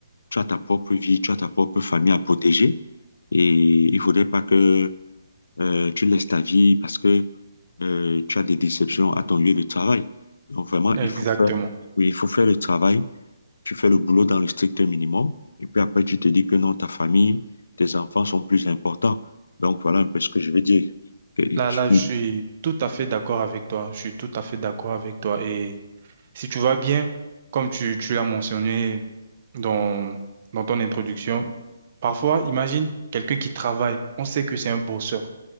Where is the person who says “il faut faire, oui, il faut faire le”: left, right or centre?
Left